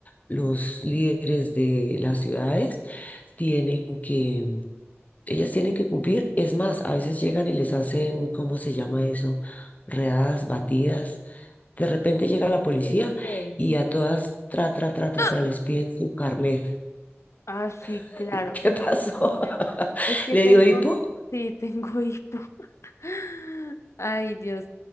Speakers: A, on the left (about 35°); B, on the left (about 80°).
A: los líderes de las ciudades tienen que, ellas tienen que cumplir. Es más, a veces llegan y les hacen, ¿cómo se llama eso? Readas, batidas De repente llega la policía
B: ¿eso qué es?
A: y a todas, tra, tra, tra, tra,
B: <gasps>
A: tra, les piden su carnet.
B: Ah, sí,
A: <laughs>
B: claro.
A: ¿Qué
B: Eso
A: pasó?
B: es,
A: <laughs>
B: Es que
A: ¿Le
B: tengo,
A: dio hipo?
B: sí, tengo hipo. <laughs> Ay, Dios.